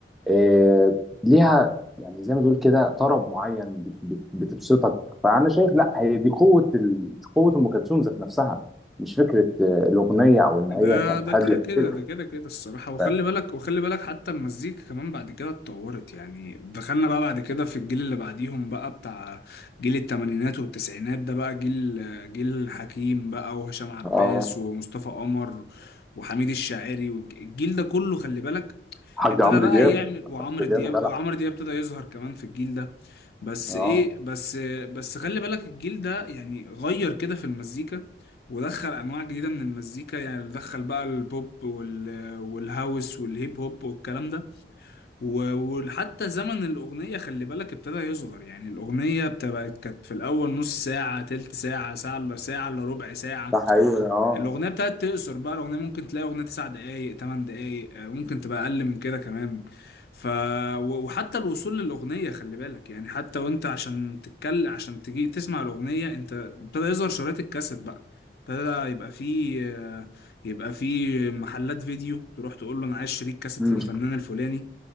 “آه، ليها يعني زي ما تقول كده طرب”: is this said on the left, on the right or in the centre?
Centre